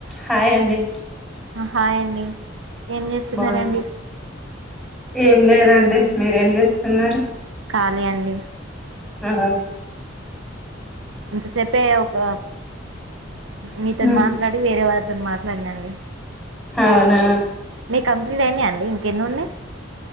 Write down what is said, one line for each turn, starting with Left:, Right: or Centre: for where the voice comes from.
Centre: Hi అండి
Right: hi అండి ఏం చేస్తున్నండి
Centre: బాగున్నా ఏం లేదండి మీరేం చేస్తున్నారు
Right: ఖాలీ అండి
Centre: ఆ
Right: ఇంతసేపే ఒక మీతో
Centre: ఉమ్
Right: మాట్లాడి వేరే వాళ్ళతో మాట్లాడినండి
Centre: అవునా
Right: మీ కంప్లీట్ అయినాయి అండి ఇంకెన్ని ఉన్నాయి